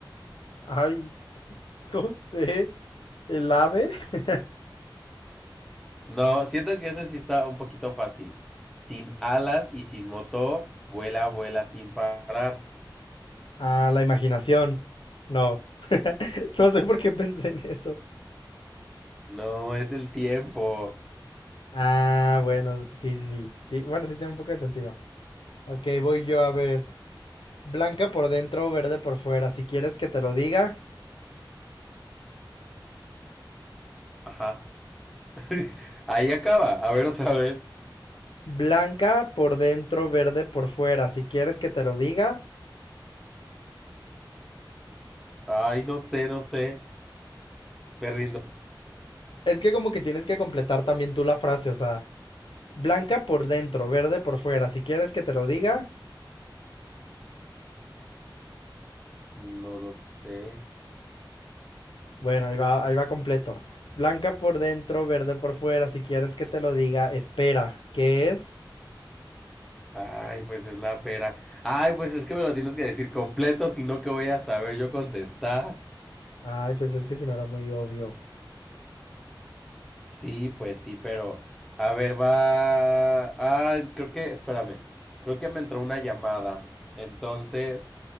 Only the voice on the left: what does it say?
Ay, <laughs> no sé. ¿El ave? <laughs>
ah, la imaginación. No. <laughs> no sé por qué pensé en eso.
Ah, bueno, sí, sí, sí. Sí, bueno, sí tiene un poco de sentido. Ok, voy yo a ver. Blanca por dentro, verde por fuera. Si quieres que te lo diga.
Blanca por dentro, verde por fuera. Si quieres que te lo diga.
Es que como que tienes que completar también tú la frase, o sea, Blanca por dentro, verde por fuera. Si quieres que te lo diga,
bueno, ahí va, ahí va completo. Blanca por dentro, verde por fuera. Si quieres que te lo diga, espera. ¿Qué es?
Ay, pues es que si no era muy obvio.